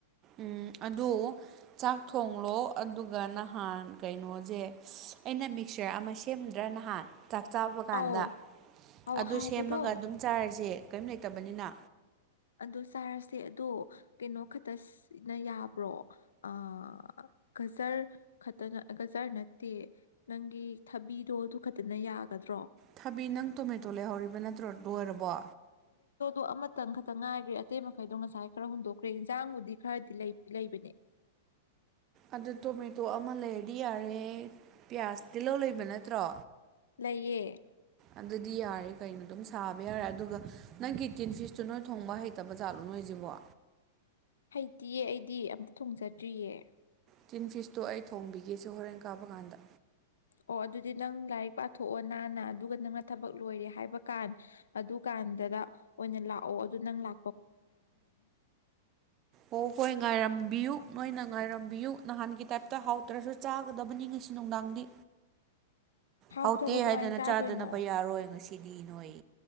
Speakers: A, on the right; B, on the left.
A: ꯎꯝ ꯑꯗꯨ ꯆꯥꯛ ꯊꯣꯡꯂꯣ ꯑꯗꯨꯒ ꯅꯍꯥꯟ ꯀꯩꯅꯣꯁꯦ ꯑꯩꯅ ꯃꯤꯛꯆꯔ ꯑꯃ ꯁꯦꯝꯗ꯭ꯔꯥ ꯅꯍꯥꯟ ꯆꯥꯛ ꯆꯥꯕ ꯀꯥꯟꯗ
B: ꯑꯧ ꯑꯧ
A: ꯑꯗꯨ
B: ꯍꯥꯎꯕꯗꯣ
A: ꯁꯦꯝꯃꯒ ꯑꯗꯨꯝ ꯆꯥꯔꯁꯦ ꯀꯔꯤꯝ ꯂꯩꯇꯕꯅꯤꯅ
B: ꯑꯗꯨ ꯆꯥꯔꯁꯦ ꯑꯗꯣ ꯀꯩꯅꯣ ꯈꯛꯇꯅ ꯌꯥꯕ꯭ꯔꯣ ꯑ ꯒꯖꯔ ꯈꯛꯇꯅ ꯒꯖꯔ ꯅꯠꯇꯦ ꯅꯪꯒꯤ ꯊꯕꯤꯗꯣ ꯑꯗꯨ ꯈꯛꯇꯅ ꯌꯥꯒꯗ꯭ꯔꯥ
A: ꯊꯕꯤ ꯅꯪ ꯇꯣꯃꯦꯇꯣ ꯂꯩꯍꯧꯔꯤꯕ ꯅꯠꯇ꯭ꯔꯣ ꯂꯣꯏꯔꯕꯣ
B: ꯣ ꯑꯃꯇꯪ ꯇ ꯉꯥꯏꯈ꯭ꯔꯦ ꯑꯇꯩ ꯃꯈꯩꯗꯣ ꯉꯁꯥꯏ ꯈꯔ ꯍꯨꯟꯗꯣꯛꯈ꯭ꯔꯦ ꯏꯟꯁꯥꯡꯕꯨꯗꯤ ꯈꯔꯗꯤ ꯂꯩ ꯂꯩꯕꯅꯦ
A: ꯑꯗꯨ ꯇꯣꯃꯦꯇꯣ ꯑꯃ ꯂꯩꯔꯗꯤ ꯌꯥꯔꯦ ꯄꯤꯌꯥꯁ ꯇꯤꯜꯍꯧ ꯂꯩꯕ ꯅꯠꯇ꯭ꯔꯣ
B: ꯂꯩꯌꯦ
A: ꯑꯗꯨꯗꯤ ꯌꯥꯔꯦ ꯀꯩꯅꯣ ꯑꯗꯨꯝ ꯁꯥꯕ ꯌꯥꯔꯦ ꯑꯗꯨꯒ ꯅꯪꯒꯤ ꯇꯤꯟ ꯐꯤꯁꯇꯨ ꯅꯣꯏ ꯊꯣꯡꯕ ꯍꯩꯇꯕ ꯖꯥꯠꯂꯣ ꯅꯣꯏ ꯍꯧꯖꯤꯕ
B: ꯂꯩꯇꯌꯦ ꯑꯩꯗꯤ ꯑꯝꯇ ꯊꯣꯡꯖꯗ꯭ꯔꯤꯌꯦ
A: ꯆꯤꯟ ꯐꯤꯁꯇꯣ ꯑꯩ ꯊꯣꯡꯕꯤꯒꯦꯁꯦ ꯍꯣꯔꯦꯟ ꯀꯥꯕ ꯀꯥꯟꯗ
B: ꯑꯣ ꯑꯗꯨꯗꯤ ꯅꯪ ꯂꯥꯏꯔꯤꯛ ꯄꯥꯊꯣꯛꯑꯣ ꯅꯥꯅ ꯑꯗꯨꯒ ꯅꯪꯅ ꯊꯕꯛ ꯂꯣꯏꯔꯦ ꯍꯥꯏꯕꯀꯥꯟ ꯑꯗꯨꯀꯥꯟꯗꯗ ꯑꯣꯏꯅ ꯂꯥꯛꯑꯣ ꯑꯗꯨ ꯅꯪ ꯂ
A: ꯑꯣ ꯍꯣꯏ ꯉꯔꯝꯕꯤꯌꯨ ꯅꯣꯏꯅ ꯉꯥꯏꯔꯝꯕꯤꯌꯨ ꯅꯍꯥꯟꯒꯤ ꯇꯥꯏꯞꯇ ꯍꯥꯎꯗ꯭ꯔꯁꯨ ꯆꯥꯒꯗꯕꯅꯤ ꯉꯁꯤ ꯅꯨꯡꯗꯥꯡꯗꯤ
B: ꯍꯥꯎꯇꯕ
A: ꯍꯥꯎꯇꯦ
B: ꯀꯃꯥꯏꯅ
A: ꯍꯥꯏꯗꯅ
B: ꯆꯥꯗꯣꯏꯅꯣ
A: ꯆꯥꯗꯅꯕ ꯌꯥꯔꯣꯏ ꯉꯁꯤꯗꯤ ꯅꯣꯏ